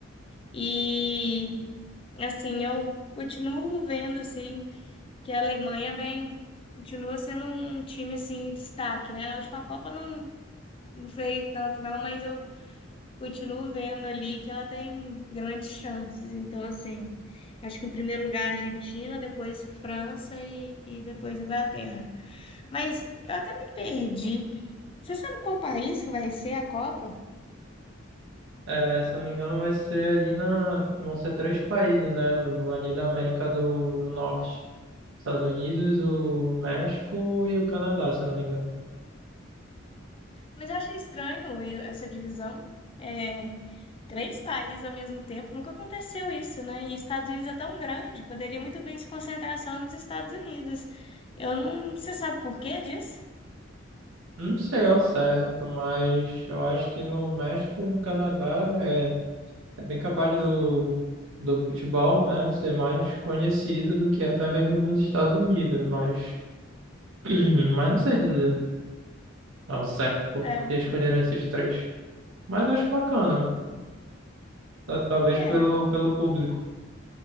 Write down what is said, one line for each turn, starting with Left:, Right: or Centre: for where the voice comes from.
Left: E assim, eu continuo vendo assim que a Alemanha vem continua sendo um time assim em destaque, né? Na última Copa não, não veio tanto não, mas eu continuo vendo ali que ela tem grandes chances. Então, assim, acho que em primeiro lugar a Argentina, depois França e, e depois Inglaterra. Mas eu até me perdi. Você sabe qual país que vai ser a Copa?
Right: É, se eu não me engano, vai ser ali na. Vão ser três países, né? O- Ali da América do, do Norte. Estados Unidos, o México e o Canadá, se eu não me engano.
Left: Mas eu achei estranho e- essa divisão. É, três países ao mesmo tempo, nunca aconteceu isso, né? E Estados Unidos é tão grande, poderia muito bem se concentrar só nos Estados Unidos. Eu não, você sabe por que disso?
Right: Não sei ao certo, mas eu acho que no México e no Canadá é É bem capaz do, do futebol, né, ser mais conhecido do que até mesmo nos Estados Unidos, mas, <clears throat> mas não sei dizer ao certo por
Left: É,
Right: que escolheram esses três. Mas acho bacana, ta- talvez
Left: é.
Right: pelo, pelo público.